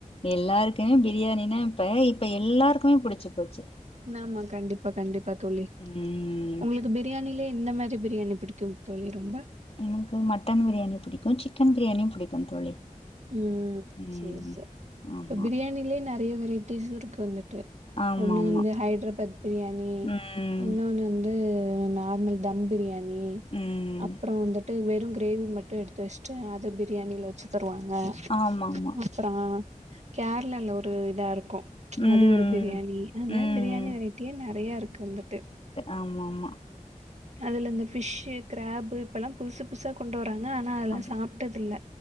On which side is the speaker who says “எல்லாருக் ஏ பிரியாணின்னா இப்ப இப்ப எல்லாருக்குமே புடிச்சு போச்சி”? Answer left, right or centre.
Left